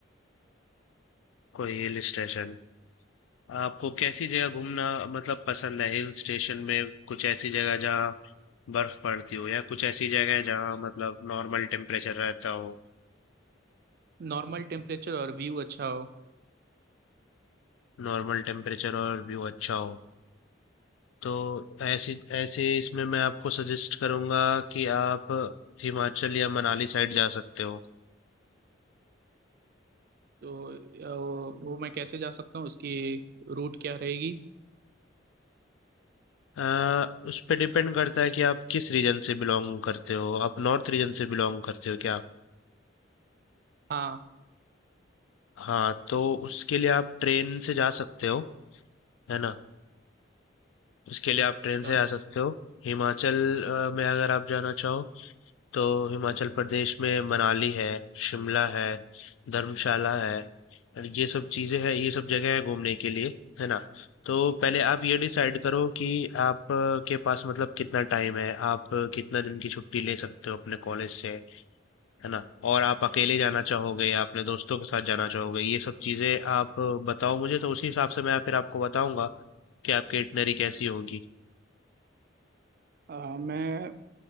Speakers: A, on the left; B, on the right.
A: कोई हिल स्टेशन आपको कैसी जगह घूमना मतलब पसंद है हिल स्टेशन में कुछ ऐसी जगह जहाँ बर्फ पड़ती हो या कुछ ऐसी जगह जहाँ मतलब नॉर्मल टेम्परेचर रहता हो
B: नॉर्मल टेम्परेचर और व्यू अच्छा हो
A: नॉर्मल टेम्परेचर और व्यू अच्छा हो तो ऐसी ऐसे इसमें मैं आपको सजेस्ट करूंगा कि आप हिमाचल या मनाली साइड जा सकते हो
B: तो आ, वो, वो मैं कैसे जा सकता हूँ उसकी रूट क्या रहेगी
A: अ, उस पे डिपेंड करता है कि आप किस रीजन से बिलोंग करते हो आप नॉर्थ रीजन से बिलोंग करते हो क्या
B: हाँ
A: हाँ तो उसके लिए आप ट्रेन से जा सकते हो है ना उसके लिए
B: अच्छा
A: आप ट्रेन से जा सकते हो हिमाचल अ, में अगर आप जाना चाहो तो हिमाचल प्रदेश में मनाली है शिमला है धर्मशाला है और ये सब चीजें हैं ये सब जगह है घूमने के लिए है ना तो पहले आप ये डिसाइड करो कि आप अ, के पास मतलब कितना टाइम है आप अ, कितना दिन की छुट्टी ले सकते हो अपने कॉलेज से है ना और आप अकेले जाना चाहोगे या अपने दोस्तों के साथ जाना चाहोगे ये सब चीजें आप बताओ मुझे तो उसी हिसाब से मैं फिर आपको बताऊंगा कि आपकी इटनरी कैसी होगी
B: आ, मैं